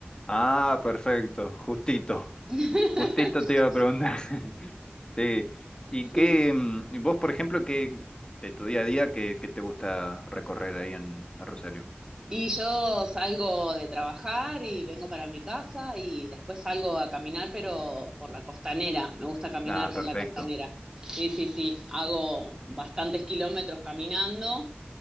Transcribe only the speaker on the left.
Ah, perfecto, justito.
Justito te iba a preguntar. <laughs> Sí. ¿Y
qué, mm, vos, por ejemplo, qué de tu día a día, qué, qué te gusta recorrer ahí en, en Rosario?
Ah,
perfecto.